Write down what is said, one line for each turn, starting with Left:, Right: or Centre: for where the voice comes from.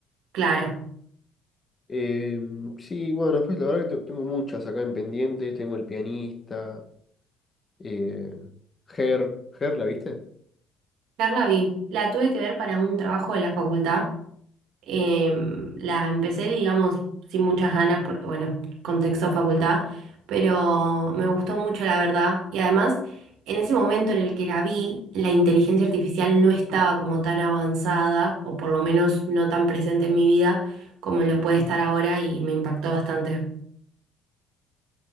Right: Claro.
Left: Eh, sí, bueno, después la verdad que te- tengo muchas acá en pendientes. Tengo El Pianista, eh, Her. ¿Her la viste?
Right: Carla vi, la tuve que ver para un trabajo de la facultad. Em, la empecé, digamos, sin muchas ganas porque, bueno, contexto facultad, pero me gustó mucho, la verdad. Y además, en ese momento en el que la vi, la inteligencia artificial no estaba como tan avanzada, o por lo menos no tan presente en mi vida como lo puede estar ahora y me impactó bastante.